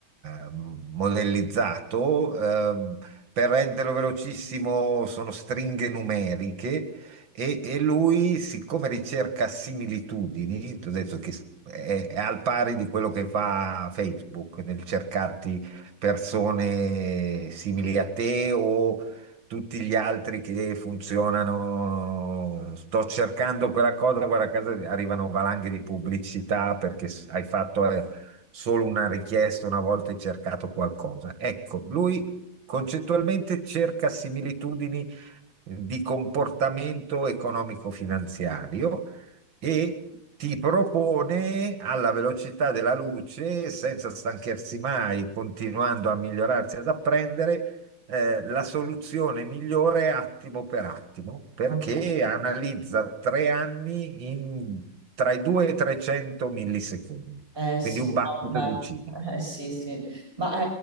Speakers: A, on the right (about 70°); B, on the right (about 25°).
A: eh, modellizzato. ehm, per renderlo velocissimo sono stringhe numeriche e, e lui, siccome ricerca similitudini, ti ho detto che è, è al pari di quello che fa Facebook nel cercarti persone simili a te o tutti gli altri che funzionano. Sto cercando quella cosa, guarda a casa arrivano valanghe di pubblicità perché s- hai fatto eh, solo una richiesta una volta hai cercato qualcosa. Ecco, lui concettualmente cerca similitudini eh, di comportamento economico-finanziario e ti propone alla velocità della luce, senza stanchersi mai, continuando a migliorarsi ad apprendere, eh, la soluzione migliore attimo per attimo, perché
B: Ok.
A: analizza tre anni in, tra i 2 e i 300 millisecondi,
B: Eh sì,
A: quindi un battito
B: no, vabbè.
A: di ciglia.
B: Eh, sì, sì. Ma